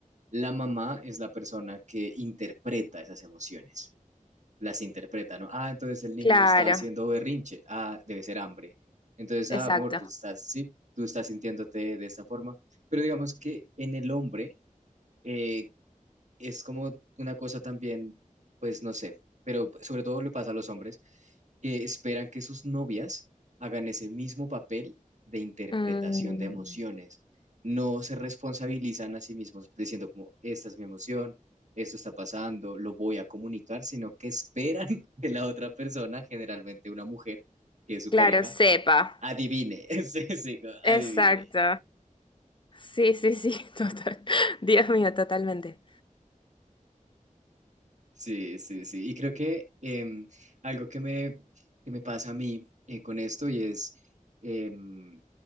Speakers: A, on the right; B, on the left.
A: La mamá es la persona que interpreta esas emociones. las interpreta, ¿no? Ah, entonces el niño
B: claro.
A: está haciendo berrinche, ah, debe ser hambre. Entonces,
B: Exacto.
A: ah, amor, tú estás, sí, tú estás sintiéndote de esta forma, pero digamos que en el hombre eh, es como una cosa también, pues no sé, pero sobre todo le pasa a los hombres que esperan que sus novias hagan ese mismo papel de interpretación
B: Mm,
A: de emociones. No se responsabilizan a sí mismos diciendo como, esta es mi emoción, esto está pasando, lo voy a comunicar, sino que esperan <laughs> que la otra persona, generalmente una mujer, que es su
B: claro,
A: pareja,
B: sepa.
A: adivine, <laughs> sí, sí,
B: Exacto.
A: adivine.
B: Sí, sí, sí, <laughs> total. Dios mío, totalmente.
A: Sí, sí, sí. Y creo que em, algo que me, que me pasa a mí eh, con esto y es, em,